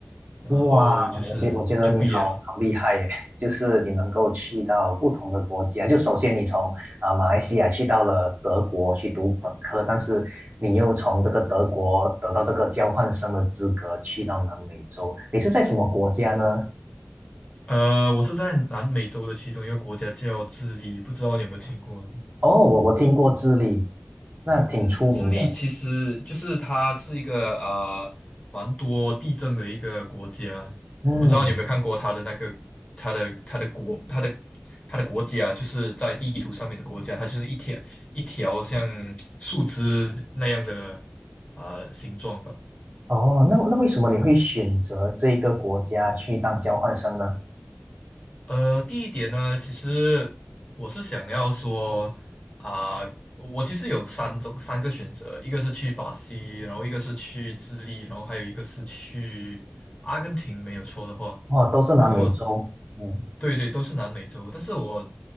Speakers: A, on the left; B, on the right.
A: 然后就是就毕业了。
B: 哇，我觉我觉得你好好厉害耶，<laughs> 就是你能够去到不同的国家。就首先你从啊、马来西亚去到了德国去读本科，但是你又从这个德国得到这个交换生的资格去到南美洲，你是在什么国家呢？
A: 呃，我是在南美洲的其中一个国家叫智利，不知道你有没有听过？
B: 哦，我我听过智利，那挺出名的。
A: 嗯，智利其实就是它是一个呃蛮多地震的一个国家。
B: 嗯。
A: 我不知道你有没有看过它的那个它的它的国它的它的国家，就是在地图上面的国家，它就是一条一条像树枝那样的啊、呃形状吧。
B: 哦，那那为什么你会选择这一个国家去当交换生呢？
A: 呃，第一点呢，其实我是想要说啊、我其实有三种三个选择，一个是去巴西，然后一个是去智利，然后还有一个是去阿根廷，没有错的话。
B: 哦，都是南美洲，
A: 然后我，
B: 嗯，
A: 对对，都是南美洲，但是我